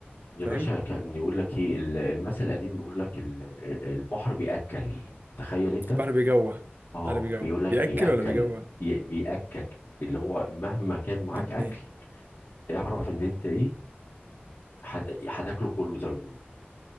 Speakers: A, on the left (about 60°); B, on the right (about 50°).
A: يا
B: فاهم
A: باشا كان يقول لك ايه ال- المثل القديم يقول لك ال- البحر بيأكل تخيل انت
B: البحر بيجوع
A: اه
B: البحر بيجوع
A: بيقول لك
B: بياكل
A: بيأكل
B: ولا بيجوع
A: ي- بيأكل اللي هو مهما كان معاك
B: يعني
A: اكل
B: ايه
A: اعرف ان انت ايه هت- هتاكله كله زي ما بيقولوا